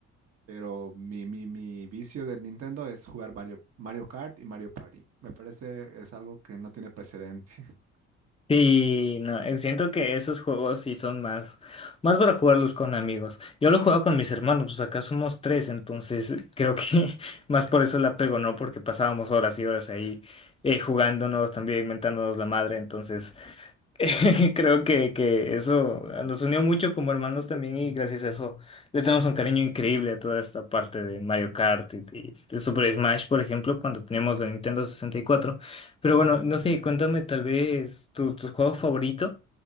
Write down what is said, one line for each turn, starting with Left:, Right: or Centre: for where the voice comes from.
Right: Pero mi, mi, mi vicio del Nintendo es jugar Mario, Mario Kart y Mario Party. Me parece es algo que no tiene precedente. <laughs>
Left: Sí, no, eh, siento que esos juegos sí son más, más para jugarlos con amigos. Yo lo juego con mis hermanos, pues acá somos tres, entonces creo que <laughs> más por eso la pego, ¿no? Porque pasábamos horas y horas ahí eh, jugándonos, también inventándonos la madre, entonces <laughs> Creo que, que eso nos unió mucho como hermanos también y gracias a eso le tenemos un cariño increíble a toda esta parte de Mario Kart y, y de Super Smash, por ejemplo, cuando teníamos la Nintendo 64. Pero bueno, no sé, cuéntame tal vez tu, tu juego favorito,